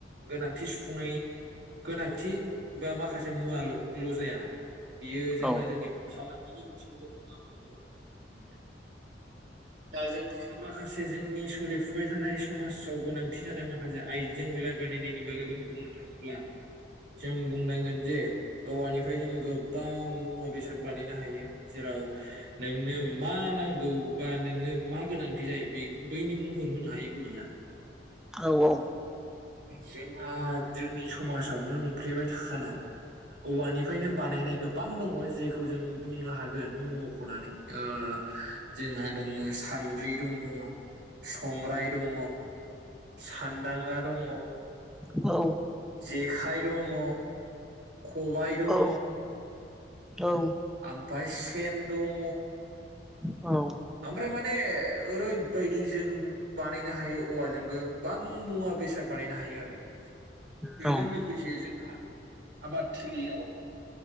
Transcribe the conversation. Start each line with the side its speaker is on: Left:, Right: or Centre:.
Right: गोनांथि सुफुंनाय गोनांथि बा माखासे मुवाल' जाया बियो जोंहा
Centre: औ
Right: जोंनि फालांगिनि बिथिंयावबो गोबां मदद होनायखौ जों नुनो मोनो। दा जों माखासे जोंनि सोलिफुबाय थानाय समाजाव गोनांथि जानाय माखासे आइजें आइला बानायनायनि बागै जों बुंनो थाङोब्ला जों बुंनांगोनदि औवानिफ्राय जोङो गोबां मुवा बेसाद बानायनो हायो। जेराव नोंनो मा नांगौ बा नोंनो मा गोनांथि जायो बे बैनि महर होनो हायो औवाया।
Centre: औ औ
Right: जोंहा जोंनि समाजावनो नुफ्लेबाय थाखानाय औवानिफ्रायनो बानायनाय गोब गोबां दङ जेखौ जों बुंनो हागोन मुं मख'नानै ओ जोंहा दङ सानद्रि दङ संग्राय दङ। सानदांगा दङ।
Centre: औ।
Right: जेखाइ दङ खबाइ दङ
Centre: औ औ।
Right: ओमफ्राय सेन दङ।
Centre: औ।
Right: ओमफ्राय माने ओरैबायदि जों बानायनो हायो औवाजों गोबां मुवा बेसाद बानायनो हायो आरो। बेजों
Centre: औ औ
Right: लोगोसे जोंहा आबादथिलियाव